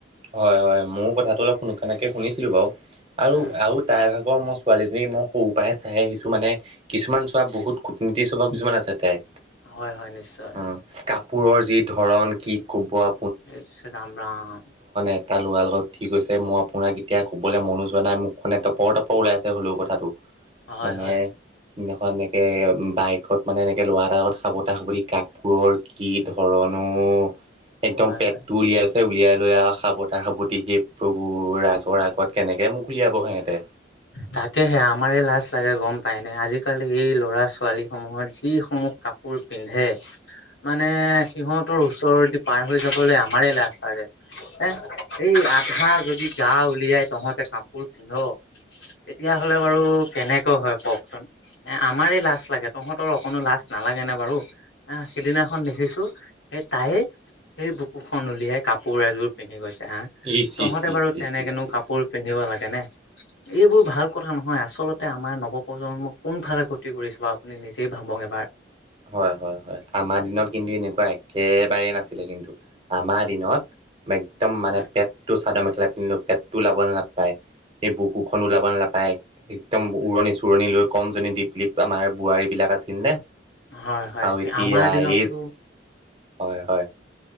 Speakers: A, on the right; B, on the left.
A: হয় হয় মোৰ কথাটো অলপ সোনানকে শুনিছিলো বাৰু আৰু
B: উম
A: আৰু তাইৰ ভাগৰ ম। ছোৱালীজনী মই সৰুৰ পৰাই চাই আহিছো মানে কিছুমান চোৱা বহুত কুটনীতি স্বভাৱ কিছুমান আছে তাইৰ।
B: হয় হয় নিশ্চয়।
A: অ' কাপোৰৰ যি ধৰণ কি কোবোৱা।
B: ইছ ৰাম ৰাম
A: এটা ল'ৰা লগত উঠি গইছে মই আপোনাক এতিয়া কবলে মনো যোৱা নাই মুখখনে টপৰ টপৰ ওলাই আছে হ'লেও কথাটো
B: হয়
A: মানে
B: হয়
A: সিদিনাখন এক এ বাইকত মানে এনেকে লৰা এটা আগত সাৱটা সাৱটি কাপোৰৰ কি ধৰনো একদম
B: হয়
A: পেটটো
B: হয়
A: উলিয়াইছে উলিয়াইছে সাৱতা সাৱতি সেই প্ৰভুৰ ৰাজৰ আগত কেনেকে মোক উলিয়াব সিহঁতে
B: তাকেহে আমাৰে লাজ লাগে গম এনে আজিকালি এই ল'ৰা ছোৱালী সমূহৰ যিসমূহ কাপোৰ পিন্ধে মানে মানে সিহঁতৰ ওচৰদি পাৰ হৈ যাবলৈ আমাৰে লাজ চাগে এ এই আঠ আধা যদি গা উলিয়াই তহঁতে কাপ অ এতিয়াহলে বাৰু কেনেকৈ হয় কওকচোন এ আমাৰে লাজ লাগে তহঁতৰ অকণো লাজ নালাগে নে বাৰু এ সিদিনাখন দেখিছো সেই তাইয়ে সেই বুকুখন উলিয়াই কাপোৰ এযোৰ পিন্ধি গৈছে হ
A: ইচ
B: তহঁতে
A: ইচ ইচ
B: বাৰু
A: ইচ
B: তেনেকেনো
A: ইচ ইচ।
B: কাপোৰ পিন্ধিব লাগে নে এইবোৰ ভাল কথা নহয় আচলতে আমাৰ নৱপ্ৰজন্মক কোনফালে গতি কৰিছে আপুনি নিজেই ভাবক এবাৰ
A: হয় হয় হয় আমাৰ দিনত কিন্তু এনেকুৱা একেবাৰেই নাছিলে কিন্তু আমাৰ দিনত একদম মানে
B: হয়
A: পেটটো চাদৰ মেখেলা পিন্ধিলো পেটটো ওলাব নাপায় সেই বুকুখন ওলাব নাপায় একদম উৰণি চোৰণি লৈ কম জনী দীপলীপ আমাৰ বোৱাৰী বিলাক আছিল নে
B: হয় হয়
A: আৰু এতিয়া
B: আমাৰ দিনততো
A: এই হয় হয়